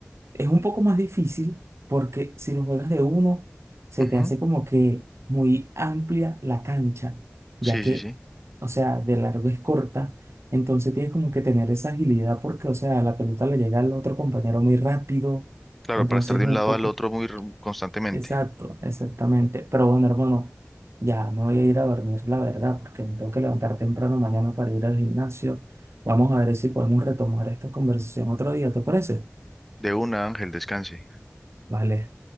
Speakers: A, on the right; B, in the centre.
A: Es un poco más difícil porque si lo juegas de uno, se
B: Ujú.
A: te hace como que muy amplia la cancha, ya
B: Sí,
A: que,
B: sí, sí.
A: o sea, de largo es corta, entonces tienes como que tener esa agilidad porque, o sea, la pelota le llega al otro compañero muy rápido,
B: Claro,
A: entonces
B: para estar de
A: es un
B: un lado
A: poco,
B: al otro muy r- constantemente.
A: exacto, exactamente. Pero bueno, hermano, ya me voy a ir a dormir, la verdad, porque me tengo que levantar temprano mañana para ir al gimnasio. Vamos a ver si podemos retomar esta conversación otro día, ¿te parece?
B: De una, Ángel, descanse.
A: Vale.